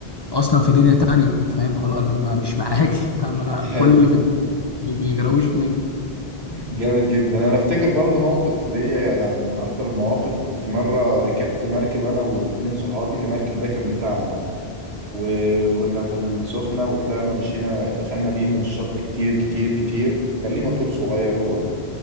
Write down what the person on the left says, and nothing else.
اصلا في دنيا تانية فاهم خلاص انا ما مش معاكي <laughs> فاهم انا
كل اللي في الدنيا ما يغرقوش من